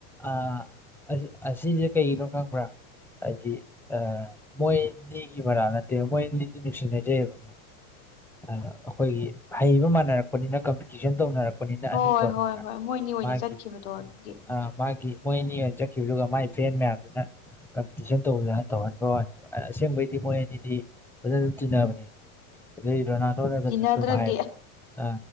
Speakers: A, in the centre; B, on the left.
A: ꯑ ꯑꯁꯤ ꯑꯁꯤꯁꯦ ꯀꯩꯒꯤꯅꯣ ꯈꯪꯕ꯭ꯔꯥ ꯍꯥꯏꯗꯤ ꯃꯣꯏ ꯅꯤꯒꯤ ꯃꯔꯥ ꯅꯠꯇꯦꯕ ꯃꯣꯏꯅꯤꯗꯤ ꯅꯨꯡꯁꯤꯅꯖꯩꯑꯕ
B: <inaudible>
A: ꯑꯩꯈꯣꯏꯒꯤ ꯍꯩꯕ ꯃꯥꯟꯅꯔꯛꯄꯅꯤꯅ ꯀꯝꯄꯤꯇꯤꯁꯟ ꯇꯧꯅꯔꯛꯄ꯫ ꯄꯅꯤꯅ
B: ꯍꯣꯏ
A: ꯑꯅꯤꯗꯣ
B: ꯍꯣꯏ
A: ꯈꯪꯕꯔ
B: ꯍꯣꯏ ꯃꯣꯏꯅꯤ
A: ꯃꯥꯒꯤ
B: <unintelligible>
A: ꯑ ꯃꯥꯒꯤ ꯃꯣꯏ ꯑꯅꯤ ꯑꯣꯏꯅ ꯆꯠꯈꯤꯕꯗꯨꯒ ꯃꯥꯒꯤ ꯐꯔꯦꯟ ꯃꯌꯥꯝꯗꯨꯅ ꯀꯝꯄꯤꯇꯤꯁꯟ ꯇꯧ ꯇꯧꯍꯟꯕ ꯋꯥꯅꯦꯕ ꯑꯁꯦꯡꯕꯩꯗꯤ ꯃꯣꯏ ꯑꯅꯤꯗꯤ ꯐꯖꯅꯁꯨ ꯆꯤꯟꯅꯕꯅꯦ ꯑꯗꯩ ꯔꯣꯅꯥꯜꯗꯣꯅꯒꯁꯨ
B: ꯀꯤꯅꯗ꯭ꯔꯗꯤ
A: ꯁꯨꯝ ꯍꯥꯏꯕꯅꯦ ꯑ